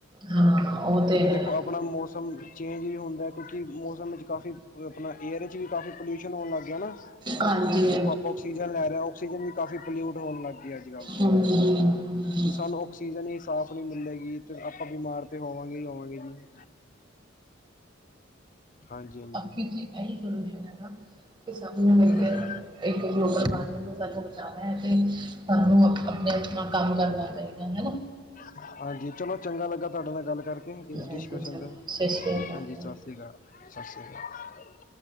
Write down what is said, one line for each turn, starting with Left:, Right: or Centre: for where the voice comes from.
Right: ਹਾਂ ਉਹ ਤੇ
Left: ਕਿਉਂਕਿ
Right: ਹੈ
Left: ਦੇਖੋ ਆਪਣਾ ਮੌਸਮ ਚੇਂਜ ਵੀ ਹੁੰਦਾ- ਕਿਉਂਕਿ ਮੌਸਮ ਵਿੱਚ ਕਾਫੀ ਆਪਣਾ ਹੇਅਰ ਵਿੱਚ ਵੀ ਕਾਫ਼ੀ ਪੋਲਿਊਸ਼ਨ ਹੋਣ ਲੱਗ ਗਿਆ ਨਾ
Right: ਹਾਂਜੀ
Left: ਦੇਖੋ ਆਪਾਂ, ਆਕਸੀਜਨ ਲੈ ਰਹੇ ਹਾਂ ਆਕਸੀਜਨ ਵੀ ਕਾਫ਼ੀ ਪੋਲਿਊਟ ਹੋਣ ਲੱਗ ਗਏ ਅੱਜ ਕੱਲ,
Right: ਹਾਂਜੀ
Left: ਜੇ ਸਾਨੂੰ ਆਕਸੀਜਨ ਹੀ ਸਾਫ਼- ਨਹੀਂ ਮਿਲਲੇਗੀ। ਫ਼ਿਰ ਆਪਾਂ ਬਿਮਾਰ ਤੇ ਹੋਵਾਂਗੇ ਹੀ ਹੋਵਾਂਗੇ ਜੀ। ਹਾਂਜੀ ਹਾਂਜੀ
Right: ਅਖੀਰ ਤਾਂ ਇਹੀ ਸਲਿਊਸ਼ਨ ਹੈ ਨਾ ਕਿ ਸਭ ਨੂੰ ਮਿਲ
Left: ਹਾਂਜੀ
Right: ਕੇ ਇੱਕ ਗਲੋਬਲ ਵਾਰਮਿੰਗ ਨੂੰ <unintelligible> <unintelligible> ਤੇ ਸਾਨੂੰ ਆਪਣੇ ਆਪਣਾ ਕੰਮ ਕਰਨਾ ਪਏਗਾ ਹਨਾ।
Left: ਹਾਂਜੀ ਹਾਂਜੀ ਚਲੋ ਚੰਗਾ ਲੱਗ- ਗਾ ਤੁਹਾਡੇ ਨਾਲ ਗੱਲ ਕਰਕੇ ਇਸ ਡਿਸਕਸ਼ਨ
Right: ਹਾਂਜੀ ਚਲੋ
Left: ਤੇ
Right: ਸਤਿ ਸ਼੍ਰੀ ਅਕਾਲ
Left: ਹਾਂਜੀ ਸਤਿ ਸ਼੍ਰੀ ਅਕਾਲ ਸਤਿ ਸ਼੍ਰੀ ਅਕਾਲ।